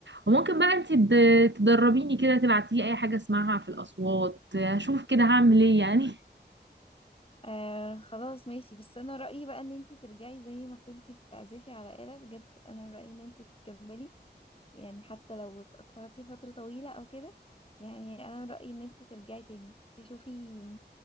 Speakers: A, on the right; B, on the left.
A: وممكن بقى انت تد- تدربيني كده تبعتيلي اي حاجة اسمعها في الاصوات هشوف كده هعمل ايه يعني
B: آه خلاص ماشي بس انا رأيي بقى ان انتي ترجعي زي ما كنتي بتعزفي على آلة بجد انا رأيي ان انتي تكملي يعني حتى لو اتقطعتي فترة طويلة او كده يعني انا رأيي ان انتي ترجعي تاني تشوفي